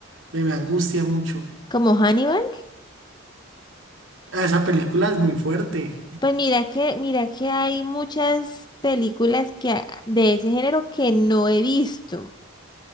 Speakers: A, on the right; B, on the left.
A: me, me angustia mucho.
B: como Hannibal.
A: Ah, Esa película es muy fuerte.
B: Pues mira que, mira que hay muchas películas que, a- de ese género que no he visto.